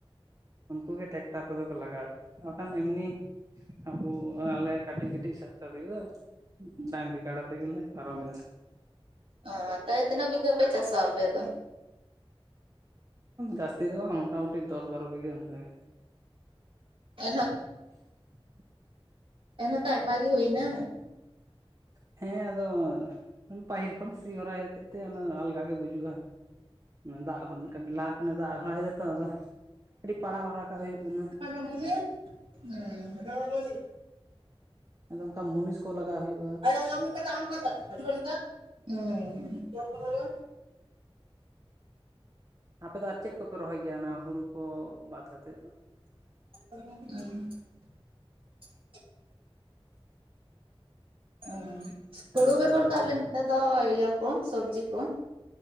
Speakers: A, on the right; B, on the right.
A: ᱩᱱᱠᱩᱜ ᱜᱮ ᱴᱮᱠᱴᱟᱨ ᱠᱚᱫᱚ ᱠᱚ ᱞᱟᱜᱟᱣᱮᱫᱟ ᱵᱟᱠᱷᱟᱱ ᱮᱢᱱᱤ᱾ ᱟᱵᱚ ᱟᱞᱮ ᱠᱟᱹᱴᱤᱡ ᱠᱟᱹᱴᱤᱡ ᱥᱟᱯᱛᱟ ᱛᱮᱜᱮ ᱫᱚ ᱰᱟᱹᱝᱜᱽᱨᱤ ᱠᱟᱰᱟ ᱛᱮᱜᱮᱞᱮ ᱯᱟᱨᱚᱢ ᱮᱫᱟ᱾
B: ᱚ ᱛᱟᱹᱭ ᱛᱤᱱᱟᱹᱜ ᱵᱤᱜᱷᱟᱹ ᱯᱮ ᱪᱟᱥᱟ ᱟᱯᱮ ᱫᱚ?
A: ᱡᱟᱹᱥᱛᱤ ᱫᱚ ᱵᱟᱝ ᱢᱚᱴᱟᱢᱩᱴᱤ ᱫᱚᱥ ᱵᱟᱨᱚ ᱵᱤᱜᱷᱟ ᱚᱱᱠᱟ ᱜᱮ᱾
B: ᱮᱱ ᱦᱚᱸ
A: <unintelligible>
B: ᱮᱱ ᱦᱚᱛᱚ ᱟᱭᱢᱟ ᱜᱮ ᱦᱩᱭᱱᱟ᱾
A: ᱦᱮᱸ ᱟᱫᱚ ᱯᱟᱹᱦᱤᱞ ᱠᱷᱚᱱ ᱥᱤ ᱦᱚᱨᱟᱭ ᱦᱚᱛᱮᱡ ᱛᱮ ᱟᱞᱜᱟ ᱜᱮ ᱵᱩᱡᱩᱜᱼᱟ᱾ ᱫᱟᱜ ᱞᱟᱦᱟ ᱠᱷᱚᱱᱮ ᱫᱟᱜ ᱦᱚᱨᱟᱭ ᱫᱟᱛᱚ ᱟᱫᱚ ᱠᱟᱹᱴᱤᱡ ᱯᱟᱲᱟᱜ ᱦᱚᱨᱟ ᱠᱟᱜ ᱦᱩᱭᱩᱜ ᱠᱟᱱᱟ᱾
B: <unintelligible>
A: ᱟᱫᱚ ᱚᱱᱠᱟ ᱢᱩᱱᱤᱥ ᱠᱚ ᱞᱟᱜᱟᱣ ᱦᱩᱭᱩᱜ᱾
B: <unintelligible>
A: ᱟᱯᱮ ᱫᱚ ᱟᱨ ᱪᱮᱫ ᱠᱚᱯᱮ ᱨᱚᱦᱚᱭ ᱜᱮᱭᱟ, ᱚᱱᱟ ᱦᱩᱲᱩ ᱠᱚ ᱵᱟᱫ ᱠᱟᱛᱮᱫ ᱫᱚ?
B: <unintelligible> ᱩᱸ
A: ᱦᱮᱞᱳ
B: ᱦᱩᱲᱩ ᱵᱮᱜᱚᱨ ᱫᱚ ᱟᱞᱮ ᱱᱚᱰᱮ ᱫᱚ ᱤᱭᱟᱹ ᱠᱚ ᱥᱚᱵᱽᱡᱤ ᱠᱚ ᱾